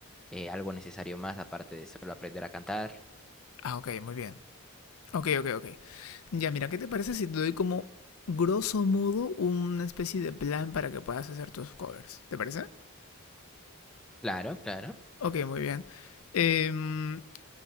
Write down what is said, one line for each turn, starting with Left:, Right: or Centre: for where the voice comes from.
Centre: eh, algo necesario más aparte de solo aprender a cantar.
Left: Ah, ok, muy bien. Ok, ok, ok. Ya, mira, ¿qué te parece si te doy como, grosso modo, una especie de plan para que puedas hacer tus covers? ¿Te parece?
Centre: Claro, claro,
Left: Ok, muy bien. Em,